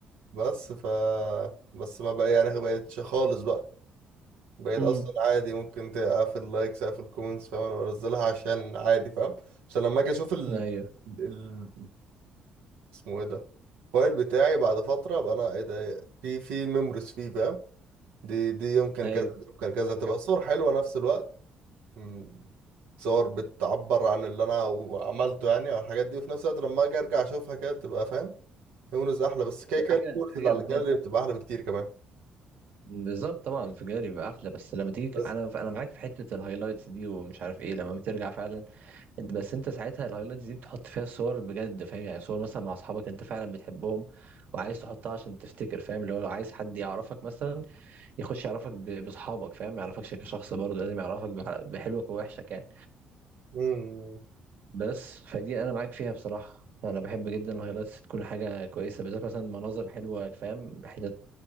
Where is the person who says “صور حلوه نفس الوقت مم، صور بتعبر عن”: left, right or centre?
Right